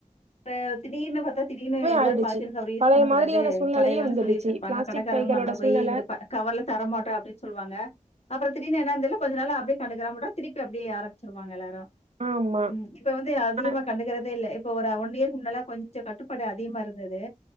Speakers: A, on the left (about 55°); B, on the right (about 55°).
A: இப்ப திடீர்னு பத்தா திடீர்னு எல்லாரு
B: ஆயிடுச்சு
A: பால்தீன் கவர் யூஸ்
B: பழைய
A: பண்ண கூடாது
B: மாதிரியான சூழ்நிலையே
A: கடைலேன்னா
B: வந்துடுச்சு
A: சொல்லி வச்சிர் இருப்பாங்க
B: பிளாஸ்டிக்
A: கடக்காரங்களு
B: பைகளோட
A: நம்மள
B: சூழ்நில
A: போய் இந்த ப கவர்லா தரமாட்டா அப்டி சொல்வாங்க அப்புற திடீனுன என்னன்னு தெரியல கொஞ்ச நாளா அப்டியே கண்டுக்கற விட்டா திருப்பி அப்டியே ஆரம்பச்சிருவாங்க எல்லாரு
B: ஆமா
A: ம் இப்ப வந்து அதிகமா
B: ஆ-
A: கண்டுக்கறதே இல்ல இப்ப ஒரு ஒன் இயர்கு முன்னால கொஞ்ச கட்டுப்பா அதிகமா இருந்தது